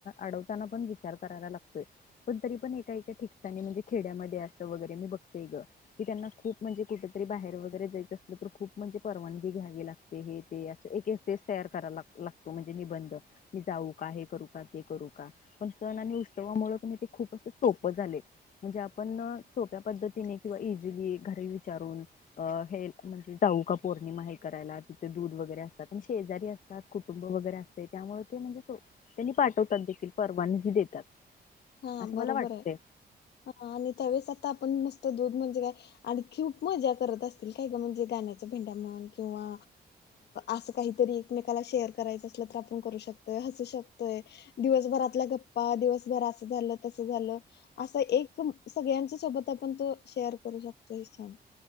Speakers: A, on the left; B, on the left.
A: अडवताना पण विचार करायला लागतोय पण तरी पणय ठिकाणी म्हणजे खेड्या असर मी बतेय ग की त्यांना खूप म्हणजे कुठरी बाहेर वगैरे तर खूप म्हणजे परवानगी घ्यावी लागते हे ते अस तयार करा ला लागतो म्हणजे निबंध मी जाऊ का हे करू का ते करू का पण सण आणि उष्णवामुळ ते तुम्ही खूप अस सप झाले आपण सोप्या पद्धतीने किंवा इझीली घरी विचारून हे म्हणजे जाऊका पौर्णिमा हे करायला तिथे दूध वगैरे असतात पण शेजारी असतात कुटुंब वगैरे असतात त्यामुळे ते म्हणजे त्यांनी पाठवतात देखील परवानगी देतात
B: हा
A: असं
B: बरोबर
A: मला वाटते
B: आहे हा आणि त्यावेळेस आता आपण नस दूध म्हणजे काय आणि खूप मजा करत असतील काय ग म्हणजे गाण्याच्या भेंड्या म्हण किंवा असं काहीतरी एकमेकाला शेअर करायचं असलं तर आपण करू शकतोय हसू शकतोय दिवसभर आपल्या गप्पा दिवसभरा झालं तस झालं अस एक सगळ्यांच्या सोबत आपण तो शेअर करू शकतो हे छान